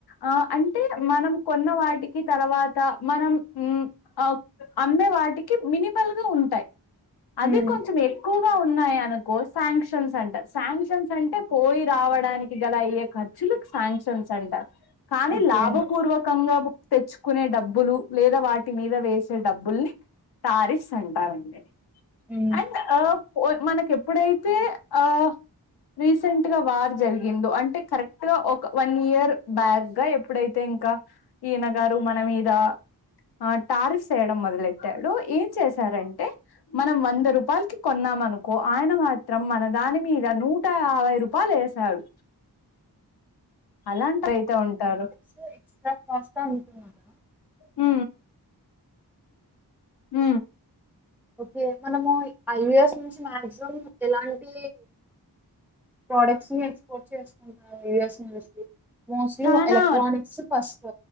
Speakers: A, on the left (about 75°); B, in the centre.
A: ఆ అంటే మనం కొన్న వాటికి తర్వాత మనం ఆ అమ్మే వాటికి మినిమల్గా ఉంటాయి. అవి
B: హ్మ్.
A: కొంచెం ఎక్కు వగా ఉన్నాయి అనుకో సాంక్షన్స్ అంటరు, సాంక్షన్స్ అంటే పోయి రావడానికి గల అయ్యే ఖ సాంక్షన్స్ అంటరు కానీ
B: ఓకే.
A: లాభపూర్వకంగా తెచ్చుకునే డబ్బులు లేదా వాటి మీద వేసే డబ్బుల్ని తారిఫ్స్ అంటారు అండి
B: హ్మ్.
A: అండ్ అ ఒ మనకు ఎప్పుడైతే ఆ రీసెంట్గా వార్ జరిగిందో అంటే కరెక్ట్గా ఒక వన్ ఇయర్ బ్యాక్ ఇంగా ఎప్పుడైతే ఇంకా ఈయన గారు మన మీద ఆ టారిఫ్స్ ఎయ్యడం మొదలెట్టాడొ ఏం చేసారంటే మనం వంద రూపాయలకిి కొన్నాం అనుకో ఆయన మాత్రం మన దాని మీద నూట యాభై రూ వాళ్ళే ఎసినారు. అలాంటి అయితే ఉంటారు.
B: సో ఎక్స్ట్రా కాస్ట్ అనుకున్నాను.
A: ఉ ఉ
B: ఓకే మనము ఐవిస్ నుంచి మాక్సిమం ఎలాంటి ప్రోడక్ట్స్ ని ఎక్స్పోర్ట్ చేస్కుంటాము యూఎస్ నుంచి. మోస్ట్లీ
A: చానా
B: ఎలక్ట్రానిక్స్ ఫస్ట్